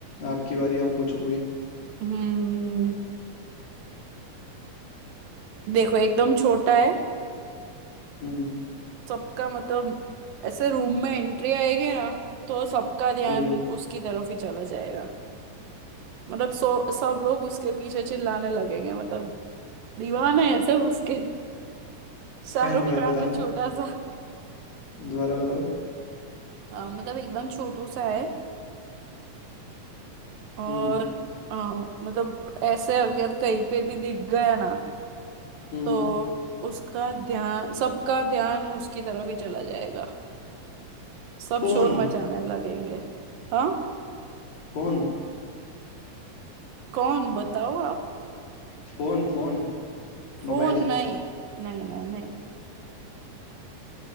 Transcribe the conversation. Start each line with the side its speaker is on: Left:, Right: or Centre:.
Left: आपकी बारी आप पूछो कोई
Right: हम्म देखो एकदम छोटा है
Left: हम्म
Right: सबका मतलब ऐसे रूम में एंट्री आएगी ना तो सबका ध्यान
Left: ठीक है
Right: उसकी तरफ ही चला जाएगा मतलब सो सब लोग उसके पीछे चिल्लाने लगेंगे मतलब दीवाने है सब उसके शाहरुख
Left: क्या दोबारा
Right: खान
Left: बताना
Right: है छोटा सा
Left: दोबारा बताओ
Right: हाँ, मतलब एकदम छोटू सा है और
Left: हम्म
Right: हाँ, मतलब ऐसे अगर कहीं पे भी दिख गया ना
Left: हम्म
Right: तो उसका ध्यान सबका ध्यान उसकी तरफ ही चला जाएगा सब
Left: Phone
Right: शोर मचाने लगेंगे हाँ
Left: Phone
Right: कौन बताओ आप
Left: Phone phone Mobile
Right: फोन नहीं नहीं नहीं नहीं